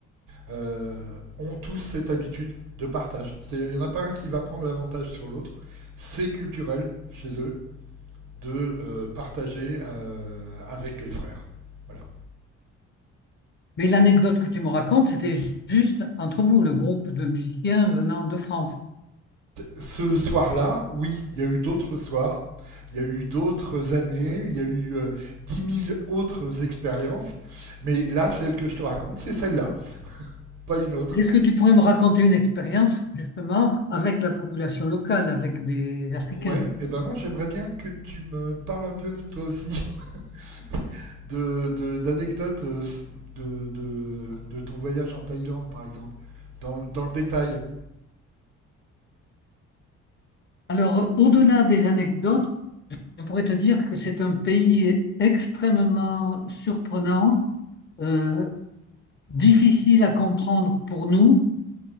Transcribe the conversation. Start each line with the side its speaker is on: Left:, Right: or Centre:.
Right: euh, ont tous cette habitude de partage. C'est-à-dire, il n'y en a pas un qui va prendre l'avantage sur l'autre. C'est culturel chez eux de euh, partager euh, avec les frères. Voilà.
Left: Mais l'anecdote que tu me racontes, c'était ju- juste entre vous, le groupe de musiciens venant de France.
Right: Ce soir-là, oui, il y a eu d'autres soirs, il y a eu d'autres années, il y a eu euh, dix mille autres expériences, mais là, celle que je te raconte, c'est celle-là, pas une autre.
Left: Est-ce que tu pourrais me raconter une expérience justement avec la population locale, avec des Africains?
Right: Ouais, et ben moi j'aimerais bien que tu me parles un peu toi aussi <laughs> de, de- d'anecdotes euh, s- de, de, de ton voyage en Thaïlande par exemple, dans, dans le détail.
Left: Alors, au-delà des anecdotes, je pourrais te dire que c'est un pays extrêmement surprenant, euh, difficile à comprendre pour nous,